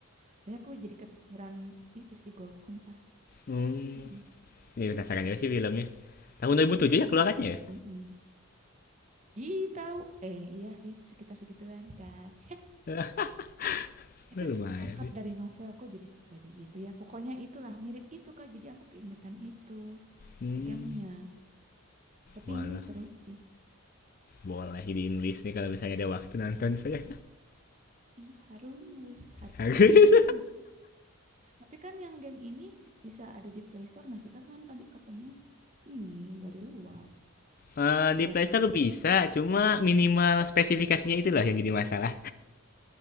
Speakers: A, on the right; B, on the left.
A: soalnya aku jadi kepikiran itu sih Gold Kompas
B: Hmm.
A: Mm-mm.
B: Ini penasaran juga sih filmnya. Tahun 2007 ya keluarannya ya?
A: Mm-mm. Ih, tahu. Eh, iya sih, sekitar segituan, Kak.
B: <laughs>
A: Itu
B: Lumayan
A: angkat
B: sih.
A: dari novel kok jadi jadi itu ya. Pokoknya itulah mirip itu, Kak. Jadi aku keingetan itu
B: Hmm.
A: si gamenya. Tapi
B: Walah,
A: ini seru sih.
B: boleh jadiin list nih kalau misalnya ada waktu nonton saya.
A: Ih, harus, harus
B: <laughs> Harus.
A: banget. Tapi kan yang game ini bisa ada di Play Store nggak sih, Kak? Kan tadi katanya ini dari luar.
B: Eh, di
A: Nggak
B: Playstore bisa,
A: ada.
B: cuma minimal spesifikasinya itulah yang jadi masalah.